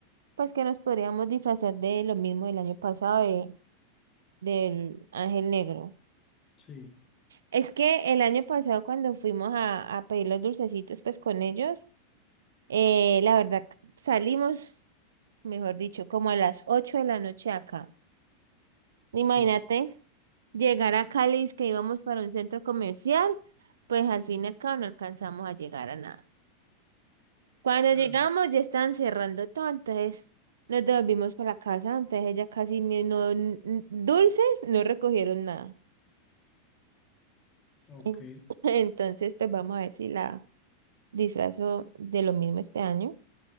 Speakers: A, on the right; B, on the left.
A: pues, que nos podríamos disfrazar de lo mismo del año pasado, de, del Ángel Negro.
B: sí,
A: Es que el año pasado, cuando fuimos a, a pedir los dulcecitos, pues, con ellos, eh, la verdad, salimos, mejor dicho, como a las 8 de la noche acá. Imagínate.
B: sí.
A: Llegar a Cali, es que íbamos para un centro comercial, pues al fin y al cabo no alcanzamos a llegar a nada. Cuando
B: Ah,
A: llegamos ya estaban cerrando todo, entonces nos devolvimos para la casa, entonces ella casi ni- no, n- dulces no recogieron nada.
B: ok.
A: En- <laughs> Entonces, pues vamos a ver si la disfrazo de lo mismo este año.